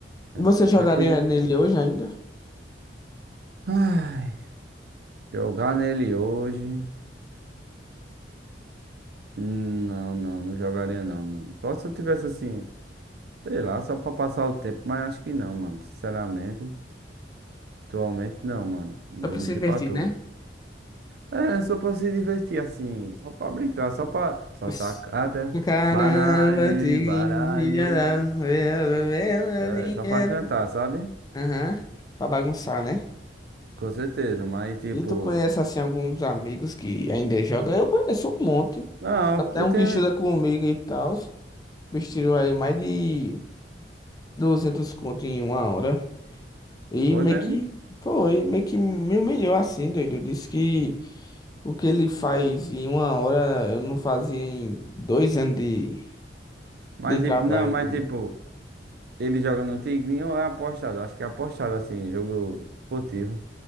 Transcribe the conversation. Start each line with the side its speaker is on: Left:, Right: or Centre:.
Right: É
Left: Você
Right: uma
Left: jogaria
Right: coisa que.
Left: nele hoje ainda?
Right: Ai, jogar nele hoje. Não, não, não jogaria não, mano. Só se eu tivesse assim, sei lá, só pra passar o tempo, mas acho que não, mano. Sinceramente. Atualmente não, mano. Não
Left: Só pra
Right: vou mentir
Left: se divertir,
Right: pra tu.
Left: né?
Right: É, só pra se divertir assim, só pra brincar, só pra. Só
Left: Isso.
Right: tá canta,
Left: Caramba,
Right: baralho,
Left: tigrinho,
Right: baralho.
Left: filha da...
Right: É,
Left: dinheiro.
Right: é só pra cantar, sabe?
Left: Aham. Pra bagunçar, né?
Right: Com certeza, mas tipo.
Left: E tu conhece assim alguns amigos que ainda jogam? Eu conheço um monte.
Right: Não,
Left: Até
Right: eu
Left: um
Right: tenho.
Left: que estuda comigo e tal. O bicho tirou aí mais de 200 conto em uma hora. E
Right: Foi
Left: meio
Right: mesmo?
Left: que foi, meio que me humilhou assim, doido. Disse que o que ele faz em uma hora eu não fazia em dois anos de,
Right: Mas
Left: de trabalho
Right: tipo, não, mas
Left: duro.
Right: tipo, ele joga no Tigrinho ou é apostado? Acho que é apostado assim, jogo esportivo.